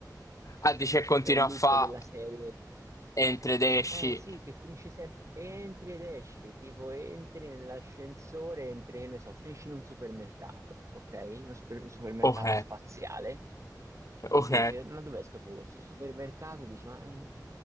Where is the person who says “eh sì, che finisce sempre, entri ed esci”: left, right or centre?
Right